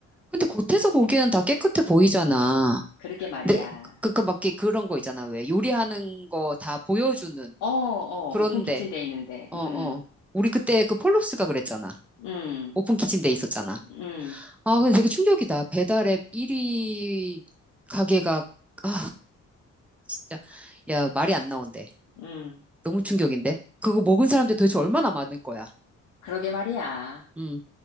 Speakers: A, in the centre; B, on the left.
A: 근데 겉에서 보기에는 다 깨끗해 보이잖아.
B: 그러게 말이야.
A: 근데 그, 그, 막, 이렇게 그런 거 있잖아. 왜 요리하는 거 다 보여주는.
B: 어, 어,
A: 그런데,
B: 오픈 키친 돼 있는데.
A: 어,
B: 음,
A: 어. 우리 그때 그 폴록스가 그랬잖아.
B: 음,
A: 오픈 키친데 있었잖아.
B: 음,
A: 아, 근데 되게 충격이다. 배달 앱 1위 가게가, 아, 진짜. 야, 말이 안 나온대.
B: 음.
A: 너무 충격인데? 그거 먹은 사람들 도대체 얼마나 많을 거야.
B: 그러게 말이야.
A: 음.